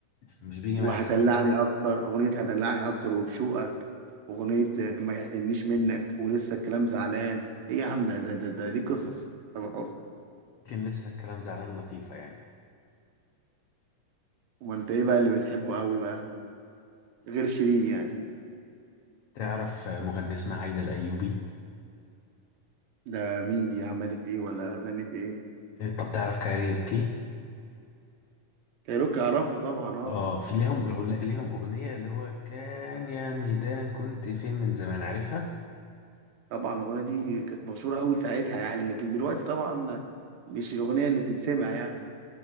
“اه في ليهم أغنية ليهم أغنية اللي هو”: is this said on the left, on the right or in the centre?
Left